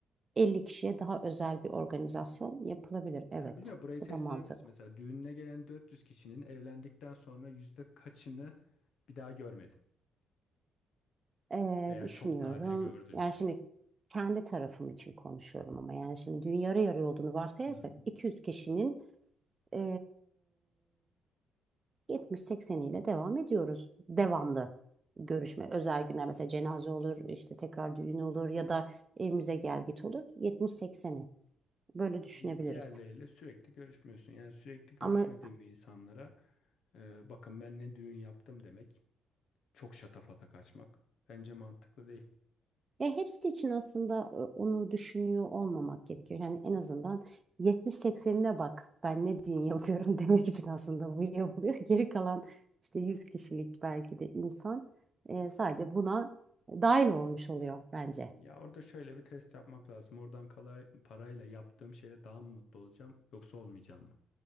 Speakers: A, on the right (about 30°); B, on the left (about 70°).
A: 50 kişiye daha özel bir organizasyon yapılabilir. Evet,
B: Yani bilmiyorum burayı
A: bu
B: test
A: da mantıklı.
B: edebiliriz. Mesela düğününe gelen 400 kişinin evlendikten sonra yüzde kaçını bir daha görmedin
A: Ee,
B: veya
A: düşünüyorum.
B: çok nadir gördün
A: Yani
B: yani.
A: şimdi kendi tarafım için konuşuyorum ama yani şimdi dün yarı yarı olduğunu varsayarsak
B: Hı hı.
A: 200 kişinin ee, 70-80'iyle devam ediyoruz. Devamlı görüşme, özel günler mesela cenaze olur, işte tekrar düğün olur ya da evimize gel git olur. 70-80'i böyle düşünebiliriz.
B: Di- Diğerleriyle sürekli görüşmüyorsun. Yani sürekli görüşmediğin
A: Ama
B: bir insanlara e, bakın ben ne düğün yaptım demek çok şatafata kaçmak bence mantıklı değil.
A: Ya hepsi için aslında e, onu düşünüyor olmamak gerekiyor. Yani en azından 70-80'ine bak ben ne düğün yapıyorum <laughs> demek için aslında bu yapılıyor. Geri kalan işte 100 kişilik belki de insan e, sadece buna dahil olmuş oluyor bence.
B: Ya orada şöyle bir test yapmak lazım. Oradan kalay, parayla yaptığım şeyle daha mı mutlu olacağım yoksa olmayacağım mı?